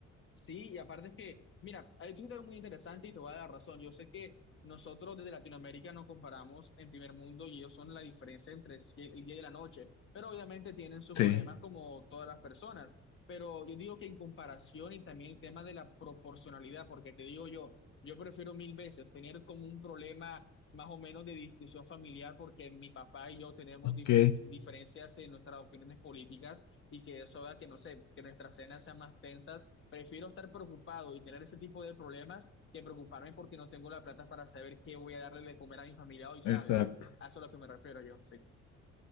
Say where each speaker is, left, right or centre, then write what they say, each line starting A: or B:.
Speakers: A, on the left; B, on the left.
A: Sí, y aparte es que, mira, hay un algo muy interesante y te voy a dar la razón. Yo sé que nosotros desde Latinoamérica nos comparamos en primer mundo y ellos son la diferencia entre el sie- el día y la noche, pero obviamente tienen sus
B: sí,
A: problemas como todas las personas. Pero yo digo que en comparación y también el tema de la proporcionalidad, porque te digo yo, yo prefiero mil veces tener como un problema más o menos de discusión familiar porque mi papá y yo tenemos
B: ok,
A: difer- diferencias en nuestras opiniones políticas y que eso haga que, no sé, que nuestras cenas sean más tensas Prefiero estar preocupado y tener ese tipo de problemas que preocuparme porque no tengo la plata para saber qué voy a darle de comer a mi familia hoy, ¿sabes?
B: exacto.
A: A eso es lo que me refiero yo, sí.